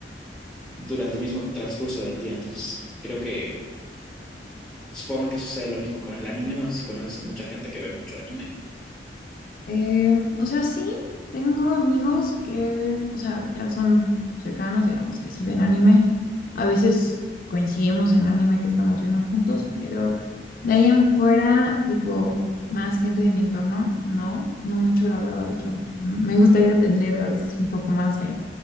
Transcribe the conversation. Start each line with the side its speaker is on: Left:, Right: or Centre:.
Centre: durante el mismo transcurso del día. Entonces, creo que supongo que sucede lo mismo con el anime. No sé si conoces a mucha gente que ve mucho anime.
Left: Eh, o sea, sí, tengo amigos que, o sea, ya son cercanos, digamos, que sí ven anime. A veces coincidimos en anime que estamos viendo juntos, pero de ahí en fuera, tipo, más gente de mi entorno, no, no mucho, la verdad. De hecho, m- me gustaría tener a veces un poco más de